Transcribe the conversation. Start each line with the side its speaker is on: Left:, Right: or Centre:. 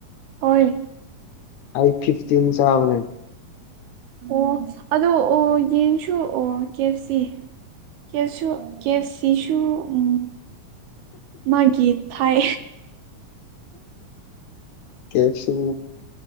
Right: ꯍꯣꯏ
Left: ꯑꯩ ꯐꯤꯐꯇꯤꯟ ꯆꯥꯕꯅꯦ
Right: ꯑꯣ ꯑꯗꯣ ꯑꯣ ꯌꯦꯟꯁꯨ ꯑꯣ ꯀꯦ ꯑꯦꯐ ꯁꯤ ꯀꯦꯞꯁꯨ ꯀꯦ ꯑꯦꯐ ꯁꯤꯁꯨ ꯎꯝ ꯃꯥꯒꯤ ꯊꯥꯏ
Left: ꯀꯦ ꯑꯦꯐ ꯁꯤ